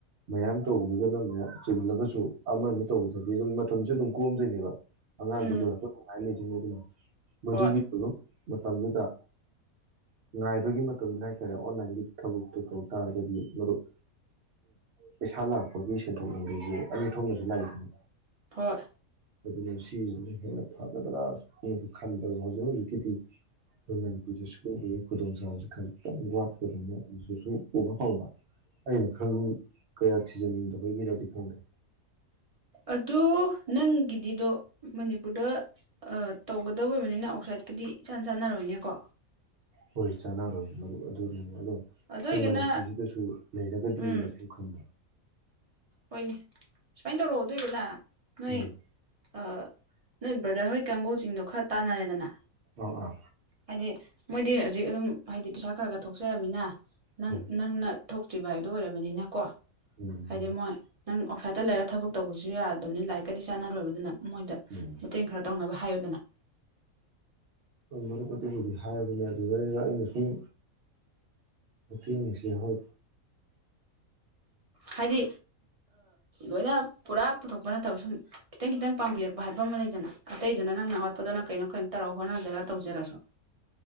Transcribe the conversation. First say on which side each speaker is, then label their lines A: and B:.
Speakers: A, on the right (about 55°); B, on the right (about 35°).
A: ꯃꯌꯥꯝ ꯇꯧꯕꯤꯒꯅ ꯃꯌꯥꯝ ꯆꯤꯂꯒꯁꯨ ꯑꯃꯅꯤ ꯑꯅꯤ ꯇꯧꯕꯗꯗꯤ ꯑꯗꯨꯝ ꯃꯇꯝꯁꯦ ꯑꯗꯨꯝ ꯀꯣꯝꯗꯣꯏꯅꯦꯕ ꯑꯉꯥꯡꯗꯣ
B: ꯎꯝ
A: ꯂꯣꯏꯔꯛꯄ ꯅꯨꯡꯉꯥꯏꯅ ꯂꯩꯗꯣꯏꯅꯦ ꯑꯗꯨꯅ ꯃꯗꯨꯒꯤ
B: ꯍꯣꯏ
A: ꯃꯇꯝꯗꯨꯗ ꯉꯥꯏꯕꯒꯤ ꯃꯇꯝꯗꯨ ꯍꯥꯏꯇꯥꯔꯦ ꯑꯣꯟꯂꯥꯏꯟꯒꯤ ꯊꯕꯛꯇꯨ ꯇꯧ ꯇꯥꯔꯒꯗꯤ ꯃꯔꯨꯞ ꯄꯩꯁꯥ ꯂꯥꯛꯄꯒꯤ ꯁꯦꯟꯊꯣꯛ ꯂꯝꯕꯤꯁꯦ ꯑꯅꯤ ꯊꯣꯛꯅꯁꯨ ꯂꯥꯛꯏꯗꯅꯤ
B: ꯍꯣꯏ
A: ꯑꯗꯨꯅ ꯁꯤꯁꯤꯅ ꯍꯦꯟꯅ ꯐꯒꯗ꯭ꯔꯥꯅꯁꯨ ꯈꯟꯕꯗ ꯍꯧꯖꯤꯛ ꯍꯧꯖꯤꯛꯀꯤꯗꯤ ꯑꯩꯈꯣꯏ ꯃꯅꯤꯄꯨꯔꯁꯦ ꯁꯤꯒꯨꯕꯒꯤ ꯈꯨꯗꯣꯡ ꯆꯥꯕꯕꯁꯤꯦ ꯈ ꯇꯪ ꯋꯥꯠꯄꯗꯨꯅ ꯑꯗꯨ ꯁꯨꯝ ꯎꯕ ꯐꯪꯕ ꯑꯩꯅ ꯈꯪ ꯀꯌꯥꯁꯤꯖꯃꯟꯗ ꯀꯩ ꯀꯗꯗꯤ ꯐ ꯀ
B: ꯑꯗꯨ ꯅꯪꯒꯤꯗꯤꯗꯣ ꯃꯅꯤꯄꯨꯔꯗ ꯇꯧꯒꯗꯕ ꯑꯣꯏꯕꯅꯤꯅ ꯑꯥꯎꯠꯁꯥꯏꯠꯀꯗꯤ ꯏꯆꯥꯟ ꯆꯥꯟꯅꯔꯣꯏꯅꯦꯀꯣ
A: ꯍꯣꯏ ꯆꯥꯟꯅꯔꯣꯏ ꯃꯔꯨꯞ ꯑꯗꯨꯅꯤ ꯑꯗꯣ ꯑꯩꯈꯣꯏ
B: ꯑꯗꯨ ꯑꯣꯏꯒꯅ
A: ꯃꯅꯤꯄꯨꯔꯁꯤꯗꯁꯨ ꯂꯩꯔꯒꯗꯤꯅ
B: ꯎꯝ
A: ꯁꯨꯝ ꯈꯟꯕ
B: ꯍꯣꯏꯅꯦ ꯁꯨꯃꯥꯏꯅ ꯇꯧꯔꯛꯑꯣ ꯑꯗꯨꯏꯗꯅ ꯅꯣꯏ
A: ꯎꯝ
B: ꯑ ꯅꯣꯏ ꯕ꯭ꯔꯗꯔ ꯍꯣꯏ ꯀꯥꯡꯒꯨꯁꯤꯡꯗꯣ ꯈꯔ ꯇꯥꯟꯅꯔꯦꯗꯅ
A: ꯑꯥ ꯑꯥ
B: ꯍꯥꯏꯗꯤ ꯃꯣꯏꯗꯤ ꯍꯧꯖꯤꯛ ꯑꯗꯨꯝ ꯍꯥꯏꯗꯤ ꯄꯩꯁꯥ ꯈꯔ ꯈꯔ ꯊꯣꯛꯆꯔꯝꯃꯤꯅ ꯅꯪ
A: ꯍꯣꯏ
B: ꯅꯪꯅ ꯊꯣꯛꯇ꯭ꯔꯤꯕ ꯍꯥꯏꯗꯣ ꯑꯣꯏꯔꯕꯅꯤꯅ ꯀꯣ
A: ꯎꯝ
B: ꯍꯥꯏꯗꯤ
A: ꯃꯔꯨꯞ
B: ꯃꯣꯏ ꯅꯪ ꯑꯥꯎꯠꯁꯥꯏꯗꯠꯇ ꯂꯩꯔꯒ ꯊꯕꯛ ꯇꯧꯕꯁꯨ ꯌꯥꯗꯕꯅꯤ ꯂꯥꯏꯔꯤꯛꯀꯗꯤ ꯆꯥꯟꯅꯔꯣꯏꯕꯗꯨꯅ ꯃꯣꯏꯗ
A: ꯎꯝ
B: ꯃꯇꯦꯡ ꯈꯔ ꯇꯧꯅꯕ ꯍꯥꯏꯣꯗꯅ
A: ꯣꯏ ꯃꯔꯨꯞ ꯑꯗꯨꯕꯨꯗꯤ ꯍꯥꯏꯕꯅꯦ ꯑꯗꯨꯗꯩꯗ ꯑꯩꯅ ꯁꯨꯝ ꯃꯇꯦꯡꯉꯁꯤ ꯍꯣꯏ
B: ꯍꯥꯏꯗꯤ ꯂꯣꯏꯅ ꯄꯨꯔꯥ ꯄꯨꯊꯣꯛꯄ ꯅꯠꯇꯕ ꯁꯨꯝ ꯈꯤꯇꯪ ꯈꯤꯇꯪ ꯄꯥꯡꯕꯤꯔꯛꯄ ꯍꯥꯏꯕ ꯑꯃ ꯂꯩꯗꯅ ꯑꯇꯩꯗꯨꯅ ꯅꯪ ꯅ ꯑꯋꯥꯠꯄꯗꯨꯅ ꯀꯩꯅꯣ ꯑꯩꯈꯣꯏꯅ ꯇꯔꯥꯎ ꯍꯣꯠꯅꯖꯔꯒ ꯇꯧꯖꯔꯁꯨ